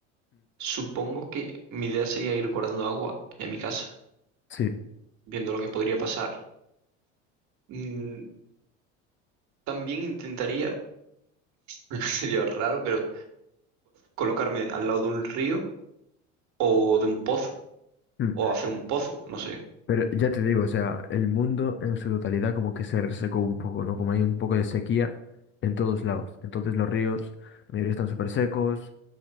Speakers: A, on the right; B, on the left.
A: supongo que mi idea sería ir guardando agua en mi casa,
B: Sí,
A: viendo lo que podría pasar. Mm, también intentaría, <laughs> sería raro, pero colocarme al lado de un río o de un pozo,
B: mm,
A: o hacer un pozo, no sé.
B: pero ya te digo, o sea, el mundo en su totalidad como que se resecó un poco, ¿no? Como hay un poco de sequía en todos lados. Entonces los ríos, la mayoría están súper secos,